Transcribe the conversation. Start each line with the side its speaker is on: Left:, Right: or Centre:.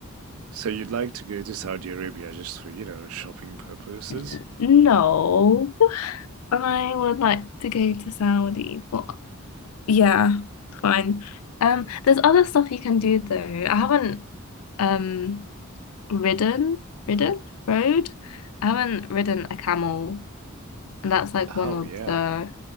Right: so you'd like to go to Saudi Arabia just for, you know, shopping purposes?
Left: N- No, I would like to go to Saudi, but yeah, fine. Um, there's other stuff you can do though. I haven't um ridden, ridden, rode. I haven't ridden a camel, and that's like
Right: Oh,
Left: one of
Right: yeah.
Left: the,